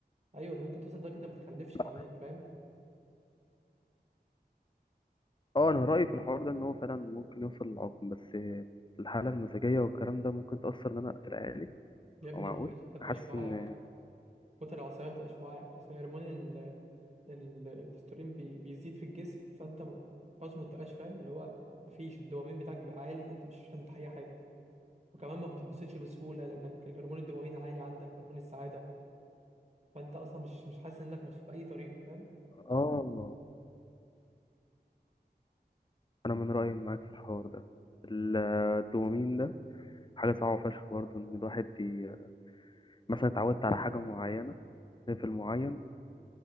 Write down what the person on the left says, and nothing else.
لا.
اه انا رأيي في الحوار ده ان هو فعلا ممكن يوصل للعقم بس الحالة المزاجية والكلام ده ممكن تأثر ان انا اقتل عيالي
هو معقول
حاسس
ان
اه انا من رأيي معاك في الحوار ده ال- الدوبامين ده حاجة صعبة فشخ برضه ان الواحد ي... مثلا اتعودت على حاجة معينة ليفل معين